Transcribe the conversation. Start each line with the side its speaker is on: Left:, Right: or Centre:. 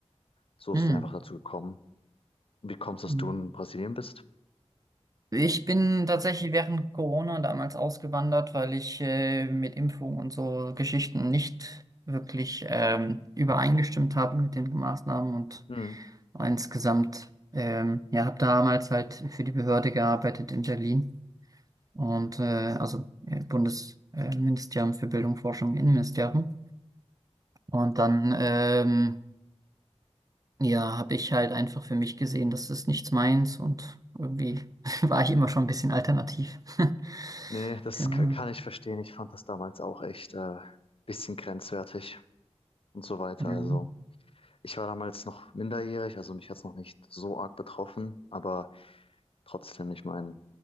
Left: So
Right: Mhm.
Left: ist es einfach dazu gekommen. Wie kommst
Right: Mhm.
Left: du, dass du in Brasilien bist?
Right: Ich bin tatsächlich während Corona damals ausgewandert, weil ich äh, mit Impfung und so Geschichten nicht wirklich ähm, übereingestimmt habe mit den Maßnahmen und
Left: Hm.
Right: insgesamt, ähm, ja, habe damals halt für die Behörde gearbeitet in Berlin und äh, also äh, Bundesministerium äh, Ministerium für Bildung, Forschung, Innenministerium. Und dann ähm, ja, habe ich halt einfach für mich gesehen, das ist nichts meins und irgendwie <laughs> war ich immer schon ein bisschen alternativ. <laughs>
Left: Nee, das
Right: Genau.
Left: ka- kann ich verstehen. Ich fand das damals auch echt äh, bisschen grenzwertig und so weiter.
Right: Ähm,
Left: Also. Ich war damals noch minderjährig, also mich hat es noch nicht so arg betroffen, aber trotzdem, ich meine,